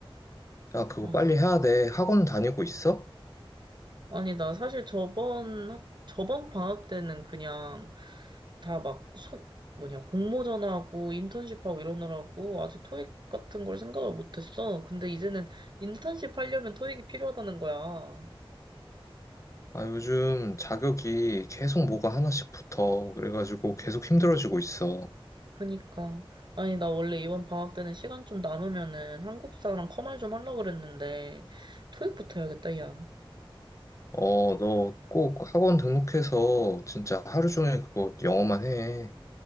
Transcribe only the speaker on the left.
야, 그거
빨리 해야 돼. 학원 다니고 있어?
아, 요즘 자격이 계속
뭐가 하나씩 붙어. 그래가지고 계속 힘들어지고
있어.
어, 너 꼭 학원 등록해서 진짜 하루 종일 그거 영어만 해.